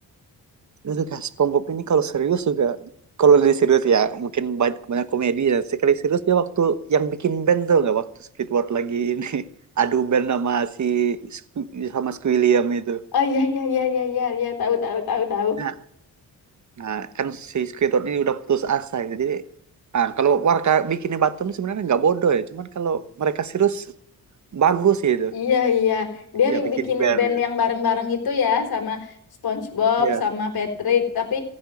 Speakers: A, on the right; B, on the left.
A: juga SpongeBob ini kalau serius juga kalau di serius ya mungkin banyak, banyak komedi ya. Sekali serius dia waktu yang bikin band tuh nggak waktu Squidward lagi ini <laughs> adu band sama si sama Squilliam itu.
B: Oh iya iya iya iya iya iya tahu tahu tahu tahu.
A: Nah, Nah, kan si Squidward ini udah putus asa gitu. Jadi, ah, kalau warga bikinnya Batum sebenarnya nggak bodoh ya. Cuman kalau mereka serius bagus gitu.
B: Iya, iya. Dia
A: Ya
B: bi-
A: bikin
B: bikin
A: band.
B: band
A: ya.
B: yang bareng-bareng itu ya sama SpongeBob
A: Iya.
B: sama Patrick, tapi